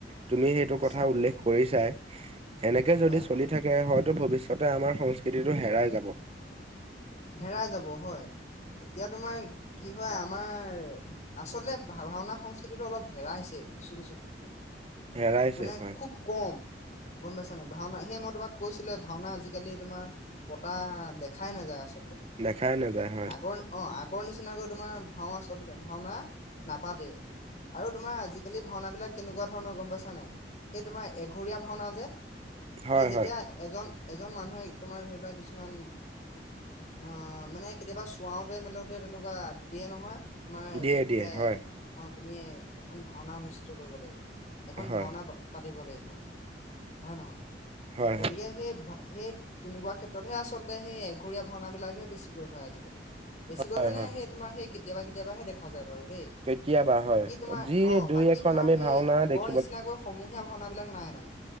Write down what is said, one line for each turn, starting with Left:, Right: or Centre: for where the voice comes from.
Right: তুমি সেইটো
Left: ইচ্ছা
Right: কথা
Left: কৰে
Right: উল্লেখ
Left: হয়
Right: কৰিচাই। এনেকে যদি
Left: হয়
Right: চলি
Left: হয়
Right: থাকে। হয়তো ভৱিষ্যতে আমাৰ, সংস্কৃতিটো হেৰাই যা'ব।
Left: হেৰাই যাব হয়। এতিয়া তোমাৰ কি হয়, আমাৰ আচলতে ভাওনা সংস্কৃতিটো অলপ হেৰাইছে। কিছু-কিছু ক্ষেত্ৰত।
Right: হেৰাইছে
Left: মানে
Right: হয়
Left: খুব ক'ম। গ'ম পাইছা নাই? ভাওনা সেই মই তোমাক কৈছিলোয়েই‌ ভাওনা আজিকালি তোমাৰ পতা দেখাই নাযায়। আচ
Right: দেখাই নাযায় হয়
Left: আগৰ অ' আগৰ নিচিনাকৈ তোমাৰ ভাও আচলতে ভাওনা নাপাতেই আৰু তোমাৰ আজিকালি ভাওনাবিলাক কেনেকুৱা ধৰণৰ গ'ম পাইছা পইছা নাই সেই তোমাৰ এঘৰীয়া ভাওনা যে
Right: হয়
Left: সেই যেতিয়া
Right: হয়
Left: এজন এজন মানুহে তোমাৰ ধৰিলোৱা কিছুমান আ মানে কেতিয়াবা চুৱাওঁতে মেলোতে তেনেকুৱা দিয়ে নহয় তোমাৰ
Right: দিয়ে
Left: বোলে
Right: দিয়ে হয়
Left: অ' তুমিয়ে এখন ভাওঁনা অনুষ্ঠিত কৰিব লাগিব। এখন
Right: হয়
Left: ভাওঁনা পাতিব লাগিব। হয় নহয়?
Right: হয়
Left: গতিকে
Right: হয়
Left: সেই ভা' সেই তেনেকুৱা ক্ষেত্ৰতহে আচলতে সেই এঘৰীয়া ভাওঁনাবিলাকহে বেছিকৈ হৈ আজিকালি। বেছিকৈ
Right: হয়
Left: মানে
Right: হয়
Left: সেই তোমাৰ সেই কেতিয়াবা কেতিয়াবা হে দেখা যায় বাৰু। দেই
Right: কেতিয়াবা
Left: বাকী
Right: হয়,
Left: তোমাৰ
Right: যি
Left: অ
Right: দুই
Left: বাকী
Right: এখন
Left: তোমাৰ
Right: আমি
Left: সেই
Right: ভাওঁনা দেখি
Left: আগৰ নিচিনাকৈ সমূহীয়া ভাওনাবিলাক নাই মানে,